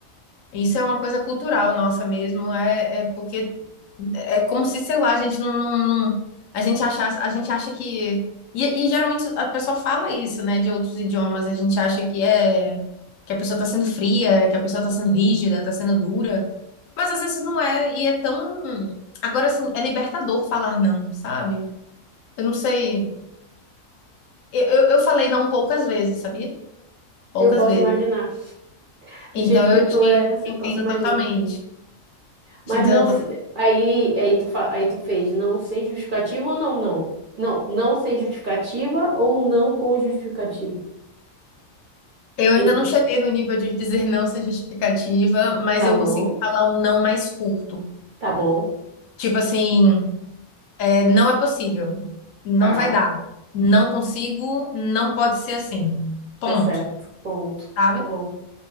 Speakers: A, on the left; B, on the right.
A: Isso é uma coisa cultural nossa mesmo, é, é porque é como se, sei lá, a gente não, não, não- a gente achasse, a gente acha que e, e geralmente a pessoa fala isso, né, de outros idiomas, a gente acha que é que a pessoa está sendo fria, que a pessoa está sendo rígida, está sendo dura, mas às vezes não é e é tão agora assim, é libertador falar não, sabe? Eu não sei, eu, eu, eu falei não poucas vezes, sabia? Poucas
B: Eu posso
A: vezes.
B: imaginar. Do
A: Então
B: jeito que
A: eu
B: tu
A: te te
B: é, eu
A: entendo
B: posso imaginar.
A: totalmente.
B: Mas
A: Te entendo
B: não, se- aí, aí tu, fa- aí tu fez não sem justificativa ou não, não? Não, não sem justificativa ou não com justificativa?
A: Eu
B: Hum,
A: ainda não cheguei no nível de dizer não sem justificativa, mas
B: Tá
A: eu
B: bom,
A: consegui falar um não mais curto.
B: tá bom,
A: Tipo assim, é, não é possível, não
B: tá,
A: vai dar, não consigo, não pode ser assim. Ponto,
B: tá certo, ponto,
A: sabe?
B: tá bom,